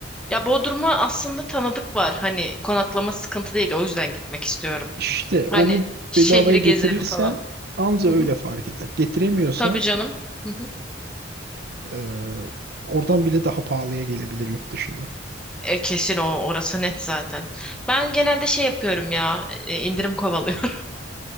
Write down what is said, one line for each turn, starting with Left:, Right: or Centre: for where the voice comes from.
Centre: Ya Bodrum'a aslında tanıdık var. Hani konaklama sıkıntı değil. O yüzden gitmek istiyorum.
Right: İşte
Centre: Hani
Right: onu
Centre: şehri
Right: bedavaya getirirsen
Centre: gezerim falan.
Right: anca
Centre: Hı
Right: öyle
Centre: hı.
Right: fark eder. Getiremiyorsan
Centre: Tabii canım. Hı hı.
Right: eee, oradan bile daha pahalıya gelebilir yurt dışında.
Centre: E, kesin o orası net zaten. Ben genelde şey yapıyorum ya. e, indirim kovalıyorum.